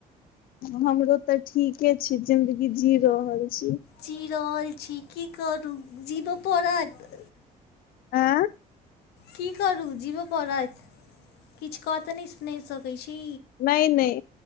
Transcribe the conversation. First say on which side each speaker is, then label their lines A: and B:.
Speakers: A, on the left; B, on the left.
A: हमरो तऽ ठीके छै जिंन्दगी जी रहल छी
B: जी रहल छी की करू जीबऽ पड़त
A: <unintelligible>
B: की करू जीबा पड़त किछु क तऽ नहि सकैत छी
A: नई नई